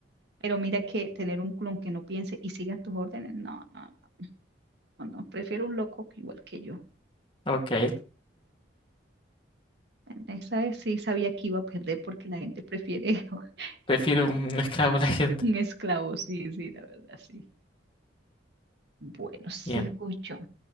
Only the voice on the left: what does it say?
Ok.
Prefiero un esclavo a la gente.
Bien.